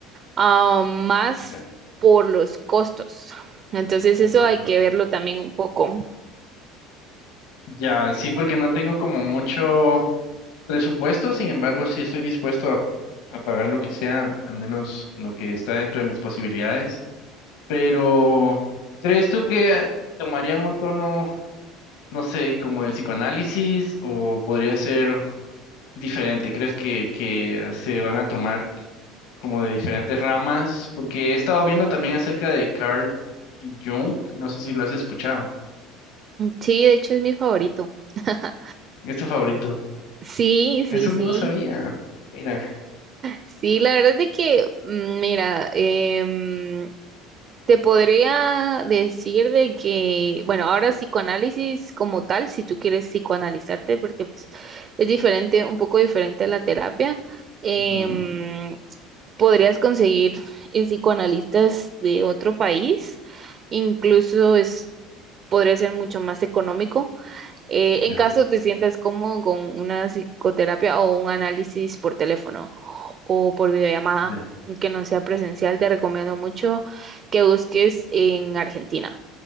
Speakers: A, on the right; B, on the left.
A: ah, más
B: Ya,
A: por los costos. Entonces,
B: uno-
A: eso hay que verlo también un poco.
B: ya, sí, porque no tengo como mucho. Presupuesto, sin embargo, sí estoy dispuesto a, a pagar lo que sea, al menos lo que está dentro de mis posibilidades. Pero, ¿crees tú que tomarían un tono, no sé, como el psicoanálisis o podría ser diferente? ¿Crees que, que se van a tomar como de diferentes ramas? Porque he estado viendo también acerca de Carl Jung, no sé si lo has escuchado,
A: Sí, de hecho es mi favorito. <laughs>
B: es tu favorito.
A: Sí, sí,
B: Eso no
A: sí.
B: lo sabía. Mira,
A: Sí, la verdad es de que, mm, mira, em, Te podría decir de que, bueno, ahora psicoanálisis como tal, si tú quieres psicoanalizarte, porque pues, es diferente, un poco diferente a la terapia, em,
B: Ujú,
A: podrías conseguir eh, psicoanalistas de otro país, incluso es, podría ser mucho más económico eh, en
B: ya,
A: caso te sientas cómodo con una psicoterapia o un análisis por teléfono o por videollamada,
B: ya,
A: que no sea presencial, te recomiendo mucho que busques en Argentina.